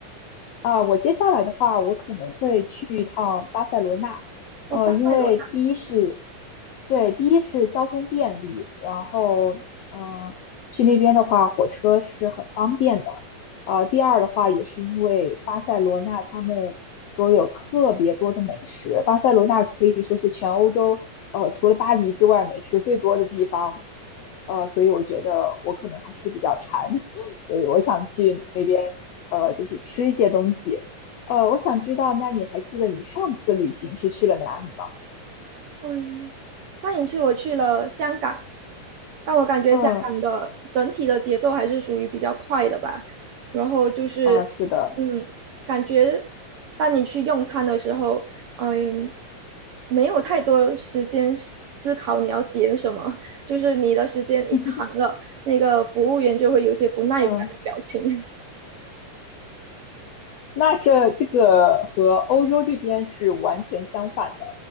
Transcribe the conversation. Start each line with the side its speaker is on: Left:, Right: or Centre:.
Left: 啊，我接下来的话，我可能会去一趟巴塞罗那，
Right: 哦，
Left: 呃，
Right: 巴塞罗那，
Left: 因为第一是，对，第一是交通便利，然后，嗯、去那边的话，火车是很方便的，呃，第二的话，也是因为巴塞罗那他们说有特别多的美食，巴塞罗那可以说是全欧洲，呃，除了巴黎之外，美食最多的地方，呃，所以我觉得我可能还是比较馋。所以我想去那边，呃，就是吃一些东西。呃，我想知道，那你还记得你上次旅行是去了哪里吗？
Right: 嗯，上一次我去了香港，但我感觉香港的整体的节奏还是属于比较快的吧。
Left: 嗯，
Right: 然后就是，
Left: 啊，是的
Right: 嗯，感觉当你去用餐的时候，嗯，没有太多时间思思考你要点什么，就是你的时间一长了，
Left: <laughs>，
Right: 那个服务员就会有些不耐烦的表情。
Left: 嗯。那这这个和欧洲这边是完全相反的。